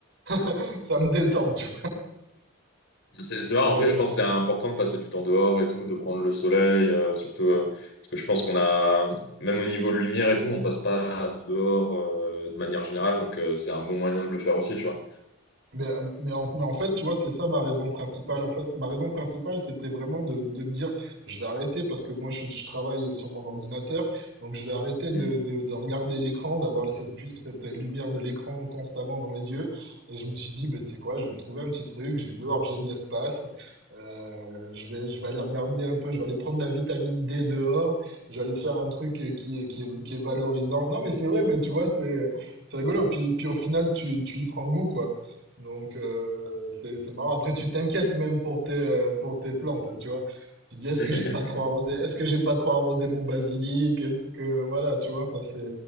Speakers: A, on the right; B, on the left.
A: <laughs> ça me détend, tu
B: c'est c'est vrai, en
A: vois.
B: vrai,
A: Ouais,
B: je
A: ouais.
B: pense que c'est important de passer du temps dehors et tout, de prendre le soleil, euh, surtout euh, parce que je pense qu'on a, même au niveau de lumière et tout, on passe pas assez dehors euh, de manière générale, donc euh, c'est un bon moyen de le faire aussi, tu vois.
A: Mais, euh, mais, en, mais en fait, tu vois, c'est ça ma raison principale. En fait, ma raison principale, c'était vraiment de, de me dire, je vais arrêter parce que moi, je, je travaille sur mon ordinateur, donc je vais arrêter de,
B: Mm.
A: de, de regarder l'écran, d'avoir cette, pu- cette lumière de l'écran constamment dans les yeux. Et je me suis dit, bah, tu sais quoi, je vais me trouver un petit truc, j'ai dehors, j'ai de l'espace, euh, je vais, je vais aller regarder un peu, je vais aller prendre la vitamine D dehors, je vais aller faire un truc qui est, qui est, qui est valorisant. Non, mais c'est vrai, mais tu vois, c'est, c'est rigolo. Puis, puis au final, tu, tu y prends goût, quoi. Donc, euh, c'est, c'est marrant. Après, tu t'inquiètes même pour tes, euh, pour tes plantes, tu vois. Tu te dis, est-ce
B: <laughs>
A: que j'ai pas trop arrosé? Est-ce que j'ai pas trop arrosé mon basilic? Est-ce que, voilà, tu vois, enfin, c'est,